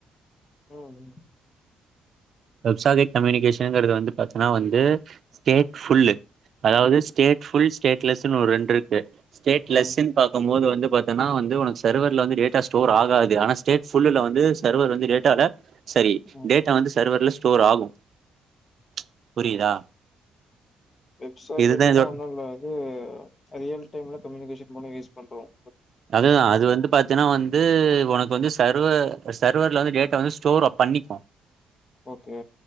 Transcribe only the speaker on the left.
ஓ ம்
ம்
ம்
வெப்சா
கெட்டன்னா
ஒண்ணும் இல்ல இது போ ரியல் டைம்ல கம்யூனிகேஷன் பண்ண யூஸ் பண்றோம்
ஓகே